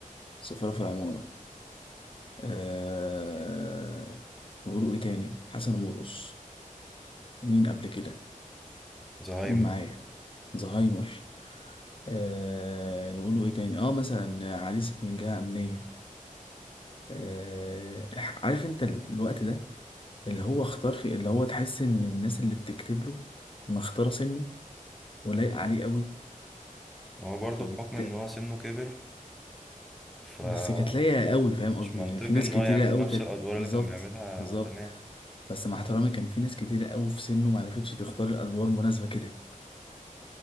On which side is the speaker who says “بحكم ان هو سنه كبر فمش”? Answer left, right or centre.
Centre